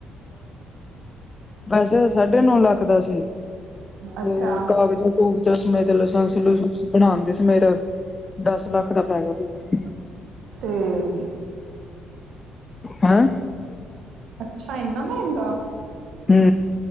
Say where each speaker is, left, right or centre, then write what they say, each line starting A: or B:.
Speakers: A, on the left (about 30°); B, on the right (about 70°).
A: ਵੈਸੇ ਤਾਂ, ਸਾਢੇ ਨੌ ਲੱਖ, ਦਾ ਸੀ। ਤੇ
B: ਅੱਛਾ
A: ਕਾਗਜ਼ਾਂ- ਕੂਗਜ਼ਾਂ ਸਮੇਤ, ਲਸਾਂਸ- ਲੁਸਸ ਬਣਾਂਦੇ ਸਮੇਤ। ਦਸ ਲੱਖ, ਦਾ ਪੈ ਗਿਆ ਪੂਰਾ।
B: ਤੇ ਰੀ।
A: ਹੈਂ।
B: ਅੱਛਾ। ਇੰਨਾ ਮਹਿੰਗਾ।
A: ਹੂੰ।